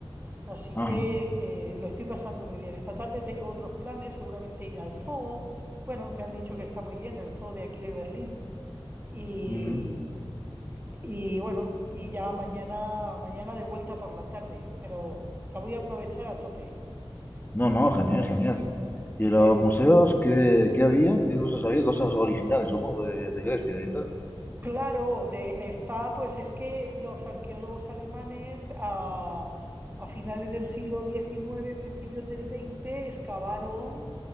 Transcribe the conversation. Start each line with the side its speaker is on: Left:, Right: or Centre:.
Right: Así
Left: ajá,
Right: que eh, lo estoy pasando muy bien. Esta tarde tengo otros planes, seguramente ir al zoo. Bueno, me han dicho que está muy bien el zoo de aquí de Berlín. Y,
Left: ujú.
Right: y bueno, y ya mañana, mañana de vuelta por la tarde, pero la voy a aprovechar a tope,
Left: No,
Right: la
Left: no,
Right: ciudad.
Left: genial, genial.
Right: Sí.
Left: ¿Y los museos qué, qué había? ¿Qué cosas había? Cosas originales, supongo, de, de Grecia y tal.
Right: Claro, de, está, pues es que los arqueólogos alemanes a, a finales del siglo XIX, principios del XX, excavaron,